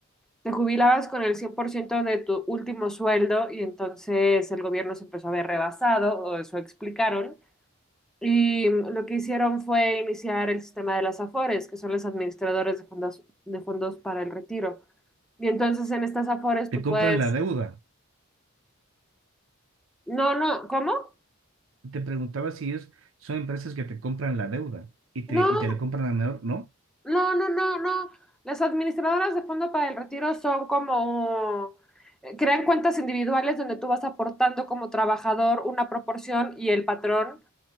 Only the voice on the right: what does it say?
Te
compran
la deuda.
Te preguntaba si ellos son empresas que te compran la deuda y te,
y te la compran a menor, ¿no?